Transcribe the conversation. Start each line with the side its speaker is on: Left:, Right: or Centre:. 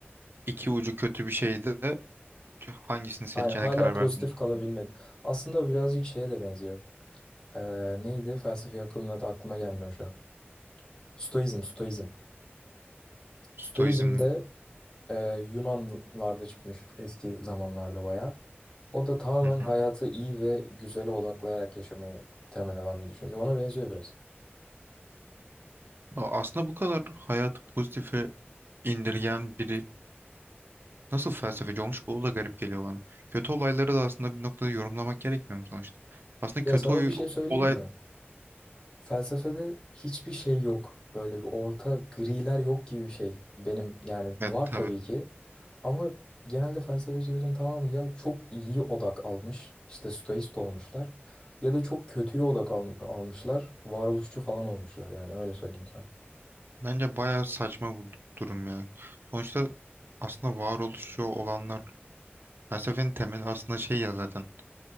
Right: iki ucu kötü bir şeyde de hangisini seçeceğine
Left: Aynen hala
Right: karar
Left: pozitif
Right: verdiğini düşünüyorum.
Left: kalabilmek. Aslında o birazcık şeye de benziyor. Ee, neydi? Felsefi akımın adı aklıma gelmiyor şu an. Stoizm, Stoizm.
Right: Stoizm.
Left: Stoizm de e, Yunanlarda çıkmış eski zamanlarda bayağı. O da tamamen
Right: Hı hı.
Left: hayatı iyi ve güzele odaklayarak yaşamayı temel alan bir düşünce. Ona benziyor biraz.
Right: A- Aslında bu kadar hayatı pozitife indirgen biri nasıl felsefeci olmuş bu da garip geliyor bana. Kötü olayları da aslında bir noktada yorumlamak gerekmiyor mu sonuçta? Aslında
Left: Ya
Right: kötü
Left: sana
Right: oy-
Left: bir şey söyleyeyim
Right: olay
Left: mi? Felsefede hiçbir şey yok. Böyle bir orta griler yok gibi bir şey. Benim yani
Right: evet,
Left: var
Right: tabii.
Left: tabii ki. Ama genelde felsefecilerin tamamı ya çok iyi odak almış. işte stoist olmuşlar. Ya da çok kötüye odak al- almışlar. Varoluşçu falan olmuşlar yani öyle söyleyeyim sana.
Right: Bence bayağı saçma bu durum ya. Sonuçta aslında varoluşçu olanlar felsefenin temeli aslında şey ya zaten